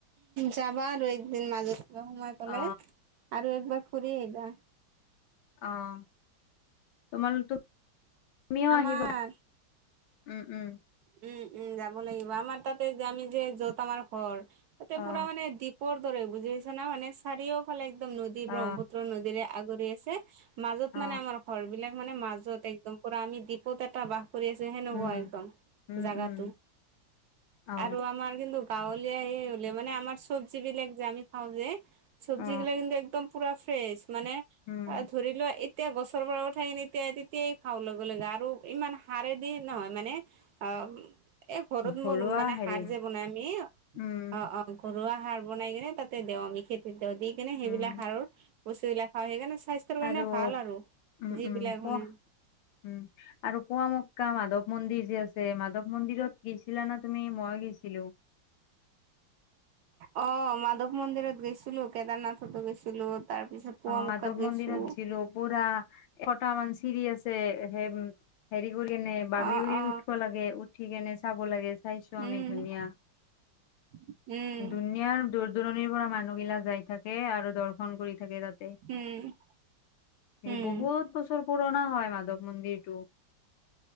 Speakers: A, on the right; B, on the left.
A: যাবা আৰু একদিন মাজতে সোমাই পেলাই
B: অ
A: আৰু এবাৰ- ফুৰি আহিবা।
B: অঁ তোমালোক তো তুমিও
A: আমাৰ
B: আহিবা। উম' উম'
A: উম' উম' যাব লাগিব। আমাৰ তা'তে যে আমি যে য'ত আমাৰ ঘৰ তা'তে
B: অ
A: পুৰা মানে দ্বীপৰ দৰে বুজি পাইছা না মানে চাৰিওফালে একদম নদী
B: অ
A: ব্ৰহ্মপুত্ৰ নদীৰে- আগৰি আছে। মাজত
B: অ
A: মানে আমাৰ ঘৰ বিলাক মানে মাজত একদম পুৰা আমি দীপত এটা বাস কৰি আছো। কৰি আছে হেনুকা
B: উম
A: একদম
B: উম
A: জাগাটো
B: উম অ
A: আৰু আমাৰ কিন্তু। গাঁৱলীয়া সে হলে মানে আমাৰ চব্জি বিলাক যে আমি খাওঁ যে চব্জি
B: অ
A: গিলা কিন্তু একদম পুৰা ফ্ৰেছ মানে
B: উম
A: এ ধৰি লোৱা এ তেতিয়া গছৰ পৰা উঠাই কিনে তেতিয়া তেতিয়াই খাওঁ লগে লগে আৰু ইমান সাৰে়দি নহয় মানে অ এ ঘৰত
B: ঘৰুৱা
A: মই মানে
B: হেৰি
A: সাৰ যে বনামি
B: উম
A: অ অ ঘৰুৱা সাৰ বনাই কেনে তাতে দেও আমি খেতিত দেও দি কিনে সেইবিলাক
B: উম
A: সাৰৰ বস্তু বিলাক খাওঁ সেইকাৰণে চা স্বাস্থ্যৰ কাৰণে
B: আৰু
A: ভাল আৰু
B: উম
A: যিবিলাক
B: উম পোৱা
A: হোন
B: উম আৰু পোৱামক্কা মাধৱ মন্দিৰ যে আছ যে মাধৱ মন্দিৰত গেছিলা না তুমি মই গেছিলো।
A: অ' মাধৱ মন্দিৰত গৈছিলো কেদাৰনাথতো গৈছিলো তাৰ পিছত পুৱামুকাত
B: অ 'মাধৱ
A: গৈছো
B: মন্দিৰত গেছিলো পুৰা এটা মান চিৰি আছে হে হেৰি। উলিমে বাগৰি
A: অ
B: বাগৰি
A: অ
B: উঠব লাগে উঠি কেনে চাব লাগে চাইছো
A: উম
B: আমি ধুনীয়া।
A: <inaudible> উম
B: দুনিয়াৰ দূৰ দূৰণিৰ পৰা মানুহগিলাক যাই থাকে আৰু দৰ্শন কৰি থাকে তাত। এ
A: উম
B: সেই
A: উম
B: বহুত বছৰ। পুৰণা হয় মাধৱ মন্দিৰটো